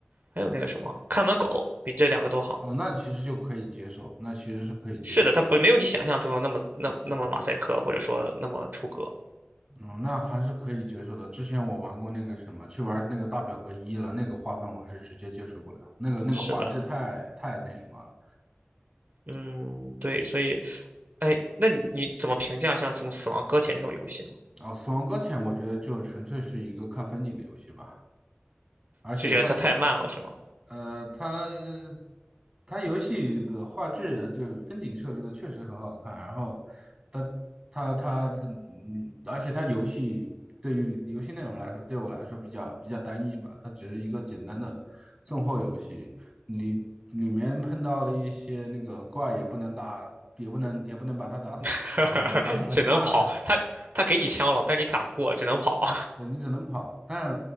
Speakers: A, on the right; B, on the right.
A: 还有那个什么看门狗，比这两个都好。
B: 哦，那其实就可以接受，那其实是可以接受，
A: 是的，它不没有你想象中的那么那那么马赛克，或者说那么出格。
B: 嗯，那还是可以接受的。之前我玩过那个什么，去玩那个大表哥一了，那个画风我是直接接受不了，那个那个画质太太那什么了。
A: 是的，嗯，对，所以，哎，那你怎么评价像什么《死亡搁浅》这种游戏呢？
B: 哦，死亡搁浅我觉得就纯粹是一个看风景的游戏吧。而且它
A: 就觉得它太慢了，是吗？
B: 呃，它呃它游戏的画质就是风景设置的确实很好看，然后它它它嗯，而且它游戏对于游戏内容来说，对我来说比较比较单一吧，它只是一个简单的送货游戏，里里面碰到了一些那个怪也不能打，也不能也不能把它打死，
A: <laughs>
B: 打死它就炸了。
A: 只能跑，他他给你枪了，但你打不过，只能跑。<laughs>
B: 对，你只能跑，但